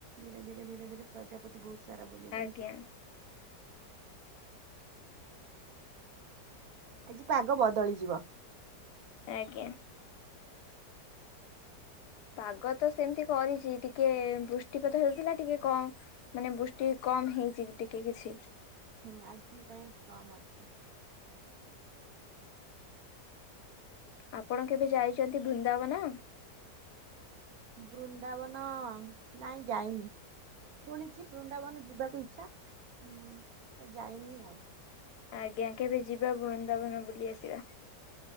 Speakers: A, on the right; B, on the left.
A: ଧୀରେ ଧୀରେ ଧୀରେ ଧୀରେ ପ୍ରଜାପତି ବହୁତ ସାରା ବୁଲିଲେଣି
B: ଆଜ୍ଞା
A: ଆଜି ପାଗ ବଦଳିଯିବ।
B: ଆଜ୍ଞା। ପାଗ ତ ସେମିତି କରିଛି, ଟିକେ ବୃଷ୍ଟିପାତ ହେଉଥିଲା, ଟିକେ କ ମାନେ ବୃଷ୍ଟି କମ ହେଇଛି କି ଟିକେ କିଛି
A: ହୁଁ ଆଜି ପାଇଁ କମ ଅଛି।
B: ଆପଣ କେବେ ଯାଇଛନ୍ତି ବୃନ୍ଦାବନ?
A: ବୃନ୍ଦାବନ ନାଇଁ ଯାଇନି। ଶୁଣିଛି ବୃନ୍ଦାବନ ଯିବାକୁ ଇଛା, ମୁଁ ତ ଯାଇନି ଆଉ।
B: ଆଜ୍ଞା କେବେ ଯିବା ବୃନ୍ଦାବନ ବୁଲି ଆସିବା।